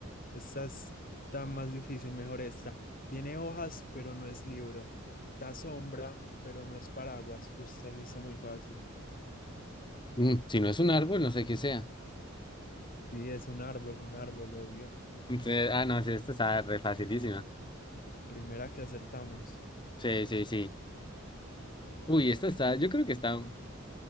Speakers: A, on the left; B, on the left.
A: esta está más difícil, mejor esta. Tiene hojas, pero no es libro. Da sombra, pero no es paraguas. Uy, esta sí está muy fácil.
B: mm, si no es un árbol, no sé qué sea.
A: Sí, es un árbol, un árbol, obvio.
B: Entonces, ah, no, sí, esto está re facilísima.
A: Primera que acertamos.
B: Sí, sí, sí. Uy, esta está, yo creo que está. mm,